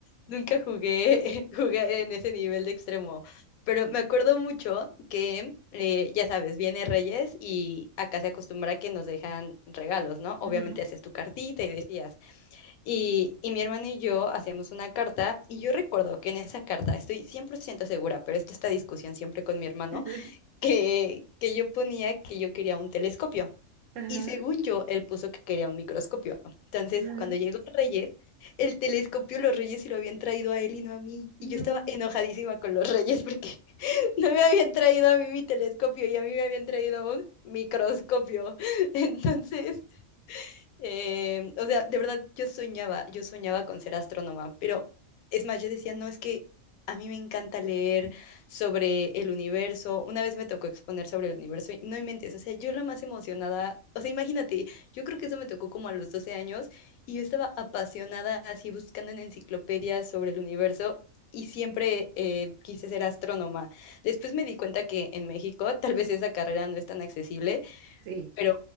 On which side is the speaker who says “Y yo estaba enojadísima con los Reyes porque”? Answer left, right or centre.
Left